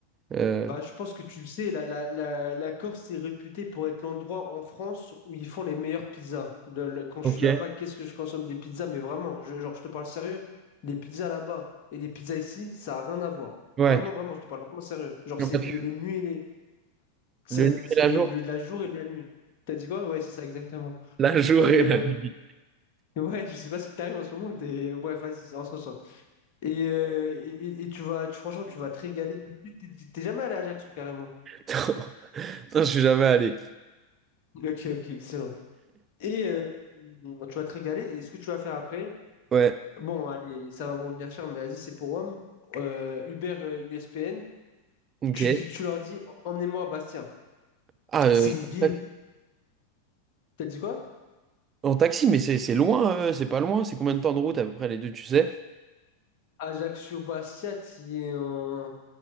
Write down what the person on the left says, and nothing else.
Bah, je pense que tu le sais, la, la, la, la Corse est réputée pour être l'endroit en France où ils font les meilleures pizzas. Le- le- quand je
suis là-bas, qu'est-ce que je consomme des pizzas? Mais vraiment, je, genre, je te parle sérieux. Les pizzas là-bas et les pizzas ici, ça a rien à voir.
Vraiment, vraiment, je te parle vraiment sérieux. Genre,
c'est
le,
le nuit et les... c'est
la
nuit, c'est
le,
le- la jour et la nuit. T'as dit quoi? Ouais, c'est ça, exactement.
Et
euh,
<laughs> ouais, je sais pas ce qui t'arrive en ce moment. t'es- Bref, vas-y, on se ressent. Et, euh, et, et- et tu vas, tu- franchement, tu vas te régaler. Mais T'es t'es- t'es jamais allé à Ajaccio, carrément.
Ok, ok, excellent. Et euh, tu vas te régaler. Et ce que tu vas faire après,
bon, allez, ça va m'en venir cher, mais vas-y, c'est pour Rome. Euh, Uber euh, USPN,
tu dis, tu leur dis, emmenez-moi à Bastia.
C'est une ville.
T'as dit quoi?
Ajaccio, Bastia, t'y es en...